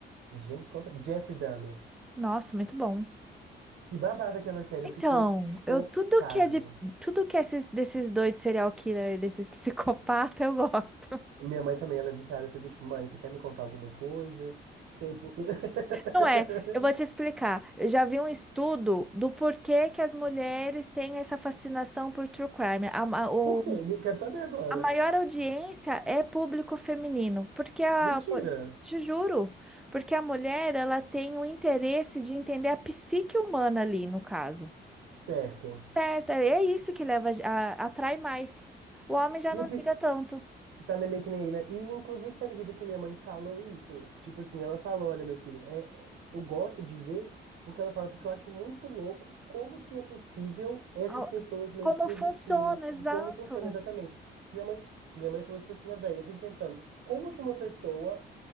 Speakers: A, on the right; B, in the centre.
A: Gente, qual foi? Jeffrey Dahmer.
B: Nossa, muito bom.
A: Que babada aquela série.
B: Então,
A: Eu fiquei chocado.
B: eu tudo que é de tudo que é esses, desses doidos serial killer, desses <laughs> psicopatas, eu gosto. <laughs>
A: Minha mãe também, ela é viciada. Eu fico tipo, mãe, você quer me contar alguma coisa? Sei porque... <laughs>
B: Não é, eu vou te explicar. Eu já vi um estudo do porquê que as mulheres têm essa fascinação por true crime. A, a- o
A: Por quê? Me- Quero saber agora.
B: A maior audiência é público feminino, porque a,
A: Mentira.
B: te juro, porque a mulher ela tem o interesse de entender a psique humana ali, no caso.
A: Certo.
B: Certo, é isso que leva a, a- atrai mais. O homem já
A: E
B: não
A: o pi...
B: liga tanto.
A: Tá nem- meio que nem aí, né? E inclusive você acredita que minha mãe falou isso? Tipo assim, ela falou, olha, meu filho, é, é- eu gosto de ver, porque ela fala, porque eu acho muito louco como que é possível essas
B: ao-
A: pessoas meio
B: Como
A: que existirem,
B: funciona,
A: assim,
B: exato.
A: como funciona exatamente. Que minha mãe, minha mãe falou, tipo assim, ó, velho, eu fico pensando, como que uma pessoa,